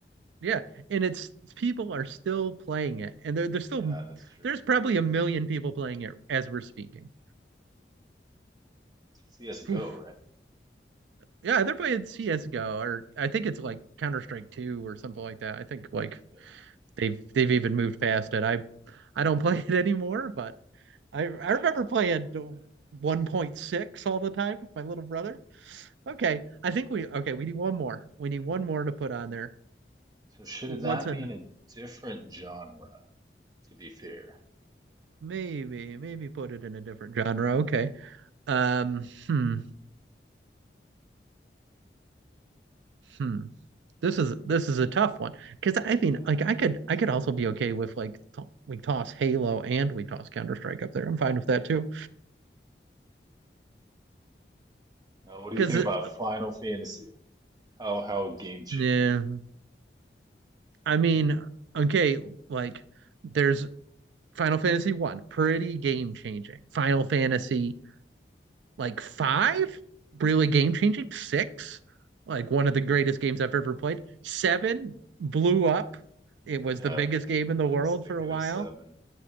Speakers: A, on the right (about 90°); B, on the right (about 20°).
A: yeah, and it's people are still playing it, and they're they're still
B: Yeah, that's true.
A: there's probably a million people playing it as we're speaking.
B: CS:GO,
A: Oof.
B: right?
A: Yeah, they're playing CS:GO, or I think it's like Counter Strike Two or something like that. I think like
B: Yeah,
A: they've they've even moved past it. I I don't <laughs> play it anymore, but I I remember
B: I don't play
A: playing
B: it anymore either.
A: 1.6 all the time with my little brother. Okay, I think we okay, we need one more. We need one more to put on there.
B: So should
A: What's
B: that
A: an
B: be in a different genre? To be fair.
A: maybe maybe put it in a different genre. Okay. Um hmm, hmm. This is this is a tough one because I mean
B: Yeah,
A: like I could
B: that's a
A: I
B: tough
A: could also
B: one.
A: be okay with like t- we toss Halo and we toss Counter Strike up there I'm fine with that too
B: Uh, what do you
A: because
B: think about Final Fantasy? How how game changing?
A: yeah I mean, okay, like there's Final Fantasy 1, pretty game changing. Final Fantasy like 5, really game changing. 6, like one of the greatest games I've ever played. 7 blew up. It was
B: Yeah,
A: the biggest game in the
B: I
A: world
B: was thinking
A: for a while.
B: of seven.